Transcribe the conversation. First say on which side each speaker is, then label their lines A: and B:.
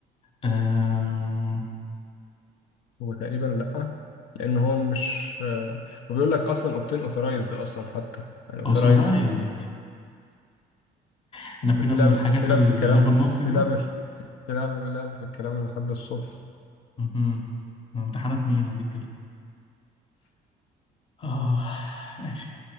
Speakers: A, on the left; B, on the left.
A: آه...
B: هو تقريبا لأ لأن هو مش آه، وبيقول لك أصلا اوبتين اوثرايزد أصلا حتى يعني اوثرايزد
A: authorized احنا فينا
B: ده في
A: من
B: لعب
A: الحاجات
B: في لعب
A: اللي
B: في الكلام
A: في النص
B: في
A: دي
B: لعب في في لعب في لعب في الكلام لحد الصبح
A: مهم. امتحانات مين دي كده اه ماشي